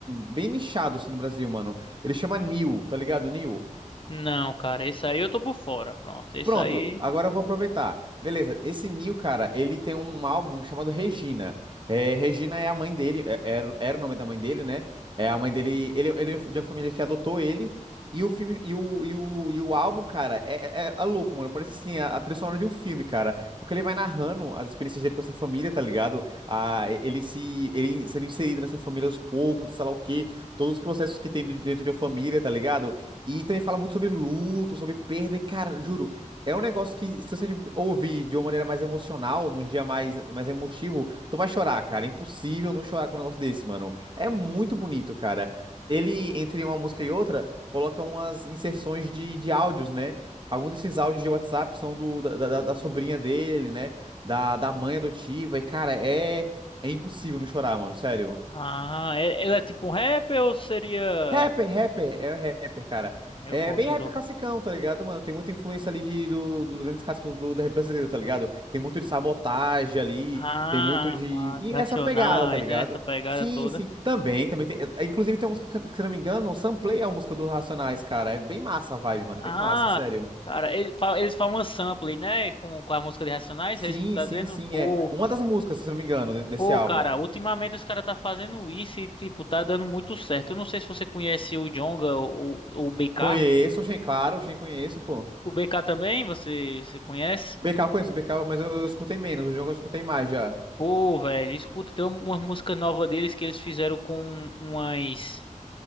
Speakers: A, on the right; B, on the left.
A: bem nichado, assim, no Brasil, mano. Ele chama Nil, tá ligado? Nil?
B: Não, cara, esse aí eu tô por fora, pronto. Esse
A: Pronto,
B: aí.
A: agora eu vou aproveitar. Beleza, esse Neil, cara, ele tem um álbum chamado Regina. É, Regina é a mãe dele, é- era, era o nome da mãe dele, né? É a mãe dele, ele, ele é de uma família que adotou ele. E o filme, e o, e o, e o álbum, cara, é, é, é louco, mano. Parece assim, a, a trilha sonora de um filme, cara. Porque ele vai narrando as experiências dele com essa família, tá ligado? Ah, ele se, ele sendo inserido nessa família aos poucos, sei lá o quê, todos os processos que tem dentro de uma família, tá ligado? E também fala muito sobre luto, sobre perda, e, cara, juro. É um negócio que, se você ouvir de uma maneira mais emocional, num dia mais, mais emotivo, tu vai chorar, cara. É impossível não chorar com um negócio desse, mano. É muito bonito, cara. Ele, entre uma música e outra, coloca umas inserções de, de áudios, né? Alguns desses áudios de WhatsApp são do, da, da, da sobrinha dele, né? Da, da mãe adotiva. E, cara, é, é impossível não chorar, mano. Sério.
B: Ah, é- ele é tipo um rapper ou seria.
A: Rapper, rapper, é rapper, cara.
B: Eu
A: É
B: gosto
A: bem rap
B: do.
A: classicão, tá ligado, mano? Tem muita influência ali de, do- dos grandes clássicos do, da rap brasileiro, tá ligado? Tem muito de sabotagem ali,
B: Ah,
A: tem muito de.
B: mas
A: E
B: Racionais,
A: essa pegada, tá ligado?
B: né? Essa pegada
A: Sim,
B: toda.
A: sim. Também, também tem. é, Inclusive tem uma música, que se não me engano, o Samplay é uma música dos Racionais, cara. É bem massa a vibe, mano.
B: Ah,
A: Bem massa, sério.
B: cara, ele fa- eles falam uma sample, né? Com, com a música de Racionais,
A: Sim,
B: é isso que tu tá
A: sim,
B: dizendo?
A: sim.
B: Pô,
A: É uma das músicas, se não me engano, de- desse
B: Pô,
A: álbum.
B: cara, ultimamente os caras tá fazendo isso e, tipo, tá dando muito certo. Eu não sei se você conhece o Djonga ou ou o BK.
A: Conheço, Shen, claro, Shen conheço, pô.
B: O BK também, você, você conhece?
A: BK eu conheço, BK, eu- mas eu, eu escutei menos, o jogo eu escutei mais já.
B: Pô, velho, escuta, tem uma música nova deles que eles fizeram com umas...